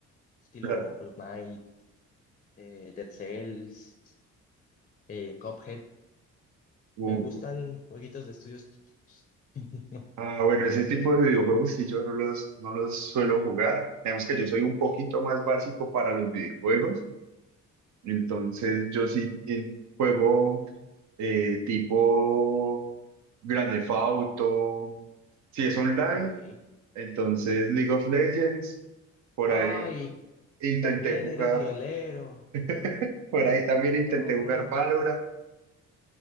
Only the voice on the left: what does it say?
estilo
Hollow Knight, eh, Dead Cells, eh, Cuphead.
Me gustan jueguitos de estudios chiquitos. <laughs>
Ok.
Ay,
también
eres lolero.
No,